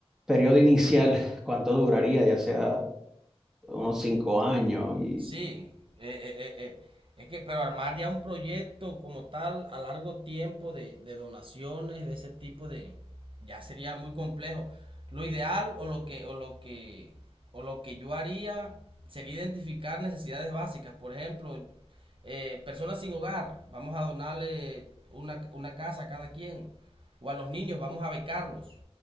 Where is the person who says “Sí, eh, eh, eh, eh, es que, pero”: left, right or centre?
Right